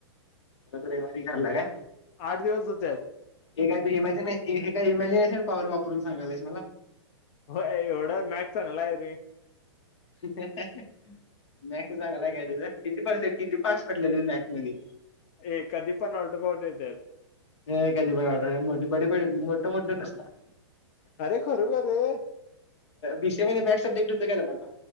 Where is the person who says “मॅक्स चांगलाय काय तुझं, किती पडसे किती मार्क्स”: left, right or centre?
Left